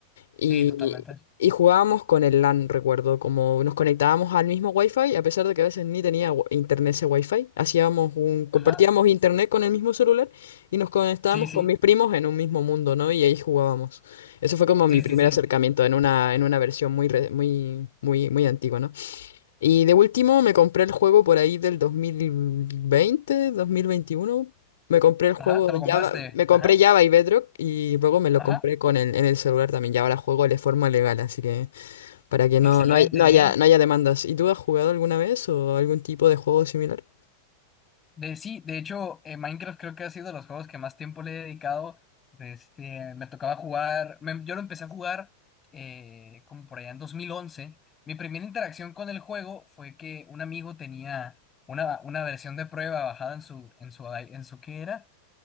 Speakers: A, on the left; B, on the left.
A: Y,
B: Sí, totalmente.
A: y jugábamos con el LAN, recuerdo, como nos conectábamos al mismo Wi-Fi, a pesar de que a veces ni tenía wi- internet ese Wi-Fi, hacíamos un, compartíamos
B: Ajá,
A: internet con el mismo celular y nos conectábamos
B: sí, sí,
A: con mis primos en un mismo mundo, ¿no? Y ahí jugábamos. Eso fue como mi
B: sí,
A: primer
B: sí, sí.
A: acercamiento en una, en una versión muy, re- muy, muy, muy antigua, ¿no? Y de último me compré el juego por ahí del 2020, 2021. Me compré el juego
B: Ajá, te lo compraste.
A: Java, me compré
B: Ajá,
A: Java y Bedrock y luego me lo
B: ajá.
A: compré con el, en el celular también. Y ahora juego de forma legal, así que para que no,
B: Excelente,
A: no hay- no haya,
B: ¿eh?
A: no haya demandas. ¿Y tú has jugado alguna vez o algún tipo de juego similar?
B: De, sí, de hecho, eh, Minecraft creo que ha sido de los juegos que más tiempo le he dedicado. Este, me tocaba jugar, me- yo lo empecé a jugar eh, como por allá en 2011. Mi primera interacción con el juego fue que un amigo tenía una, una versión de prueba bajada en su, en su, i- en su, ¿qué era?